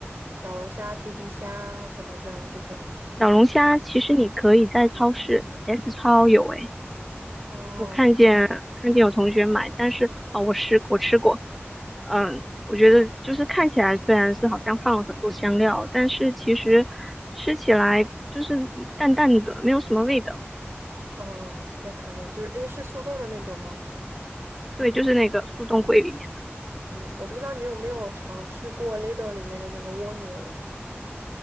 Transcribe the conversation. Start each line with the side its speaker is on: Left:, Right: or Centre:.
Right: 小龙虾、皮皮虾啊什么的这种。
Centre: 小龙虾。其实你可以在超市 S 超有诶，
Right: 哦
Centre: 我看见看见有同学买，但是哦，我吃我吃过。嗯，我觉得就是看起来虽然是好像放了很多香料，但是其实吃起来就是淡淡的，没有什么味道。
Right: 哦，那可能就是因为是速冻的那种吗？
Centre: 对，就是那个速冻柜里面的
Right: 嗯，我不知道你有没有尝试过 Lidl 里面的那个蜗牛